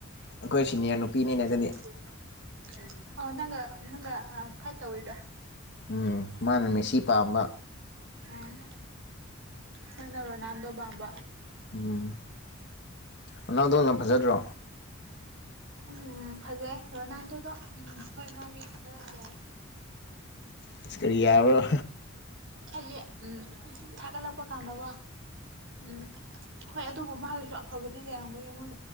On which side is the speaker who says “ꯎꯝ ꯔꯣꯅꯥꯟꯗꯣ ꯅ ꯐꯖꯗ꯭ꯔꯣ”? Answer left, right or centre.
Left